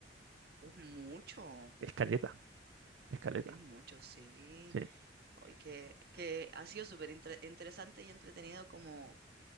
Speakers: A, on the right; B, on the right.
A: Es mucho.
B: Escaleta, escaleta.
A: Es mucho, sí.
B: Sí,
A: Hoy que, que ha sido súper inter- interesante y entretenido como